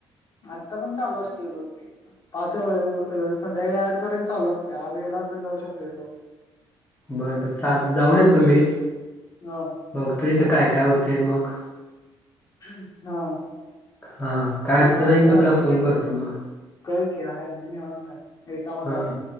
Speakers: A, on the left; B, on the left.
A: आत्ता पण चालू असते बहुतेक पाच वाज संध्याकाळी आठ पर्यंत चालू असते आज गेला तरं जाऊ शकतोय तो
B: बर, बर, चालत, जाऊन येतो मी
A: हा
B: बघ तो इथं काय? काय होतेय मग?
A: हा
B: हा काय
A: मग
B: अडचण आली,
A: आणि काय
B: मग तुला फोन करतो मग
A: कर की, हाय मी निवांत हाय, रिकामाच
B: हा
A: हाय मग